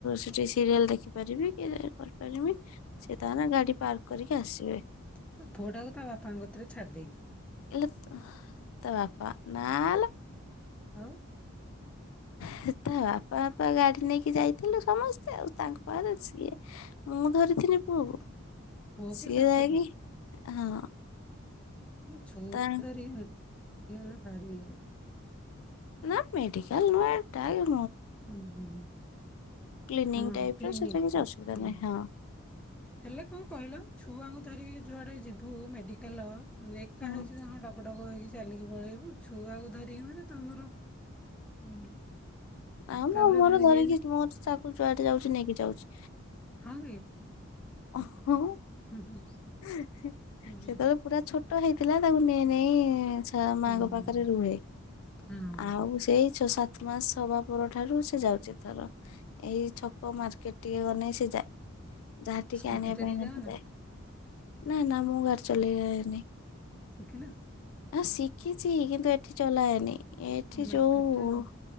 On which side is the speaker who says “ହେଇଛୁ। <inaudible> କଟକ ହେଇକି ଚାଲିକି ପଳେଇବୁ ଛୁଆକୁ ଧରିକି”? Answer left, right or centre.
Centre